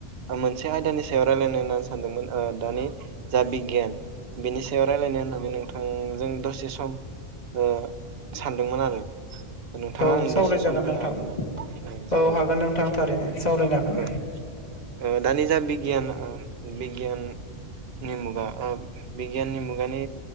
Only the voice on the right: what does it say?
मोनसे आयदानि सायाव रायलायनो होननानै सानदोंमोन ओ दानि जा बिगियान बेनि सायाव रायजलायनो होननानै नोंथां जों दसे सम ओ सानदोंमोन आरो नोंथाङा
आं न
दा खोनथानो
हागोन नामा नोंथां जागोन
दे नोंथां
औ ओ दानि जा बिगियान बिगियाननि मुगा बिगियाननि मुगानि